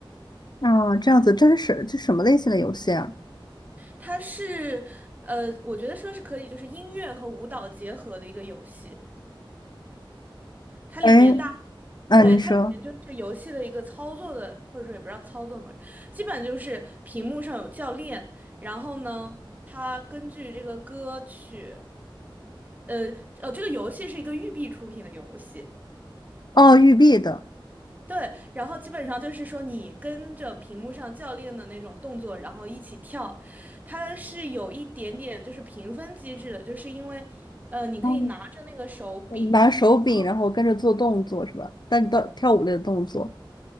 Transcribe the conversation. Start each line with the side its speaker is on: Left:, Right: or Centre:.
Left: 哦，这样子，真是什这什么类型的游戏啊？
Right: 它是，呃，我觉得说是可以，就是音乐和舞蹈结合的一个游戏。它里面大，
Left: 哎。嗯，
Right: 对，
Left: 你说，
Right: 它里面就是游戏的一个操作的，或者说也不知道操作模么，基本就是屏幕上有教练，然后呢，他根据这个歌曲，呃，哦，这个游戏是一个育碧出品的游戏，
Left: 哦，玉璧的，
Right: 对，然后基本上就是说，你跟着屏幕上教练的那种动作，然后一起跳，它是有一点点就是评分机制的，就是因为，呃，你可以拿着那个手柄，
Left: 哦，拿手柄，
Right: 然后
Left: 然后跟着做动作是吧？但是到跳舞类的动作，